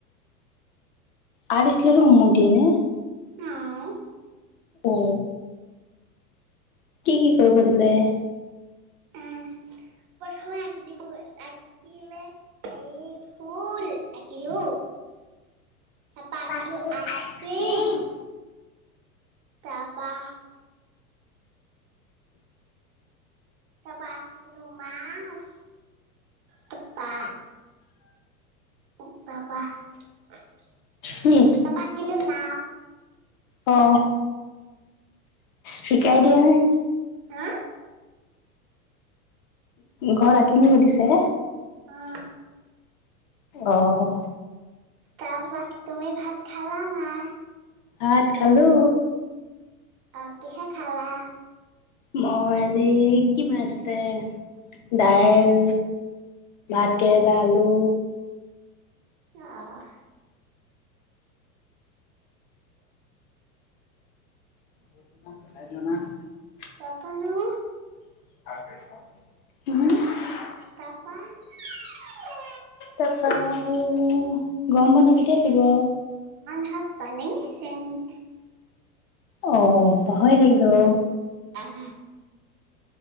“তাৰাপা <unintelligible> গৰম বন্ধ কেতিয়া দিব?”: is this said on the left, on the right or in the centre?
Left